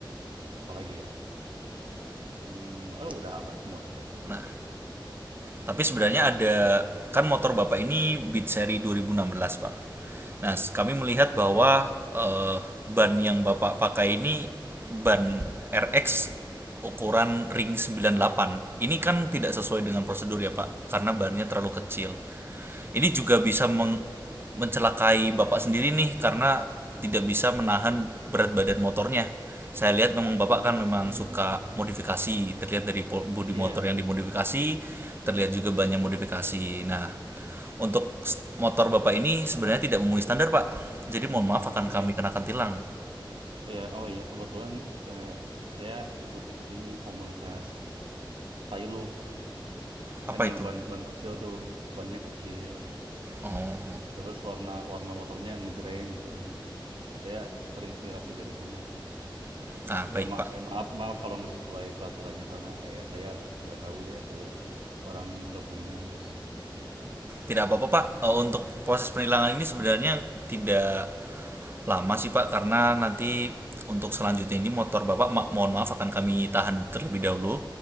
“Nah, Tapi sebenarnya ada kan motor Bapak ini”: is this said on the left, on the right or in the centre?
Right